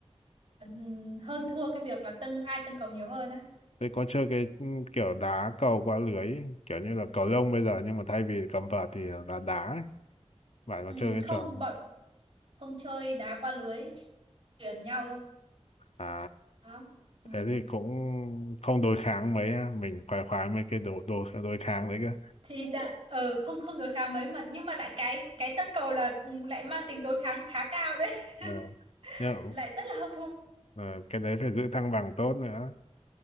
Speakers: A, on the right; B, on the left.
A: ừm, hơn thua cái việc là tâng ai tâng cầu nhiều hơn á
B: thế có chơi cái ừ, kiểu đá cầu qua lưới ấy, kiểu như là cầu lông bây giờ nhưng mà thay vì cầm vợt thì là đá đá ấy. bạn có
A: Ừm,
B: chơi cái
A: không
B: trò ấy?
A: bọn không chơi đá qua lưới truyền nhau thôi
B: à
A: đó Ừm.
B: thế thì cũng không đối kháng mấy á mình khoái khoái mấy cái đồ đồ đối kháng đấy cơ
A: thì đã ờ không không đối kháng mấy mà nhưng mà lại cái cái tâng cầu là lại mang tính đối kháng khá cao đấy
B: Ờ.
A: <laughs>
B: Yeah.
A: lại rất là hơn thua
B: Ờ, cái đấy phải giữ thăng bằng tốt nữa